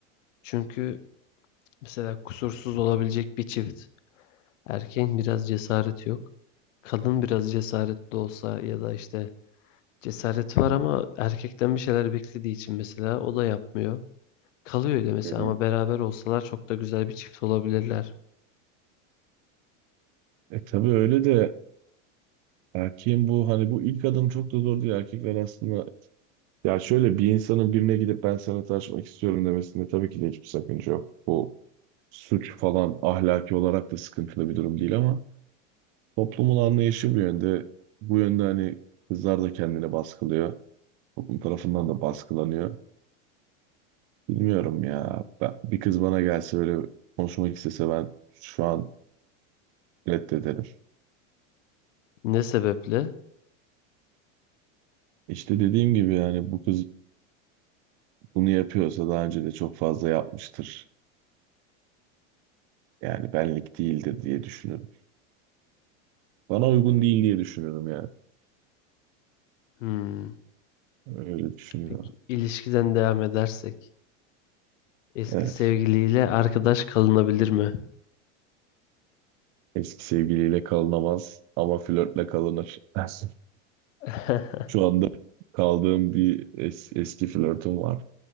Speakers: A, on the left; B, on the right.
A: Çünkü mesela kusursuz olabilecek bir çift. Erkeğin biraz cesareti yok. Kadın biraz cesaretli olsa ya da işte cesareti var ama erkekten bir şeyler beklediği için mesela o da yapmıyor. Kalıyor öyle mesela
B: Hı hı.
A: ama beraber olsalar çok da güzel bir çift olabilirler.
B: E tabii öyle de erkeğin bu hani bu ilk adım çok da zor değil. Erkekler aslında Ya şöyle bir insanın birine gidip ben sana tanışmak istiyorum demesinde tabii ki de hiçbir sakınca yok. Bu suç falan ahlaki olarak da sıkıntılı bir durum değil ama toplumun anlayışı bu yönde. Bu yönde hani kızlar da kendini baskılıyor. Toplum tarafından da baskılanıyor. Bilmiyorum ya. Ben, bir kız bana gelse öyle konuşmak istese ben şu an reddederim.
A: Ne sebeple?
B: İşte dediğim gibi yani bu kız bunu yapıyorsa daha önce de çok fazla yapmıştır. Yani benlik değildir diye düşünüyorum. Bana uygun değil diye düşünüyorum yani.
A: Hmm.
B: Öyle düşünüyor.
A: Peki ilişkiden devam edersek eski
B: Evet.
A: sevgiliyle arkadaş kalınabilir mi?
B: Eski sevgiliyle kalınamaz ama flörtle kalınır. <laughs>
A: <laughs>
B: Şu anda kaldığım bir es- eski flörtüm var.